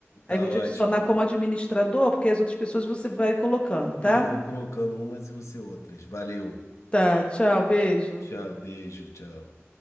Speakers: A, on the left (about 25°); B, on the left (about 85°).
A: Aí
B: Tá
A: vou
B: ótimo.
A: te adicionar como administrador, porque as outras pessoas você vai colocando,
B: Eu
A: tá?
B: vou colocando umas e você outras. Valeu.
A: Tá, tchau, beijo.
B: Tchau, beijo, tchau.